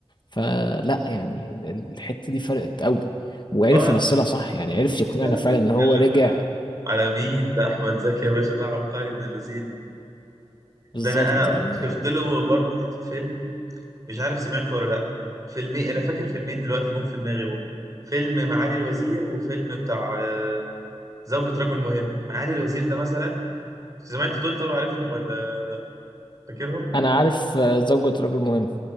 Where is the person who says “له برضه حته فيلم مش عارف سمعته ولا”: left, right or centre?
Right